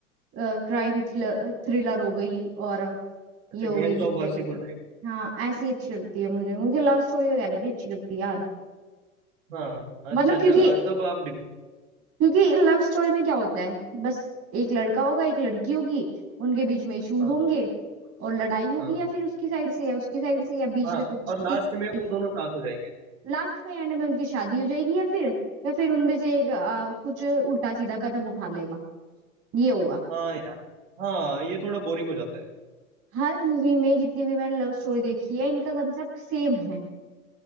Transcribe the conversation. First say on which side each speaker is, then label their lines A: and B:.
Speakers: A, on the right; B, on the right.
A: क्राइम थ्रिलर थ्रिलर हो गई और
B: अच्छा
A: ये हो
B: गैंग्स
A: गई क्या
B: ऑफ वासेपुर
A: कहते हैं
B: टाइप
A: हाँ ऐसी अच्छी लगती है मुझे मुझे लव स्टोरी वगैरह भी अच्छी लगती है यार
B: हाँ
A: मतलब
B: अच्छा अच्छा
A: क्योंकि
B: अ, तब आप डिव-
A: क्योंकि लव स्टोरी में क्या होता है बस एक लड़का होगा एक लड़की होगी उनके बीच में इश्यूज
B: हाँ
A: होंगे और लड़ाई होगी
B: हाँ
A: या फिर उसकी साइड से या उसकी साइड
B: और-
A: से या बीच
B: हाँ
A: में कुछ
B: और
A: चीटिंग
B: लास्ट में वो दोनों साथ हो जाएंगे
A: लास्ट में एंड में उनकी शादी हो जाएगी या फिर या फिर उनमें से एक आ, कुछ उल्टा सीधा कदम उठा लेगा ये होगा
B: हाँ यार हाँ ये थोड़ा बोरिंग हो जाता है
A: हर मूवी में जितनी भी मैंने लव स्टोरी देखी है इनका कंसेप्ट सेम है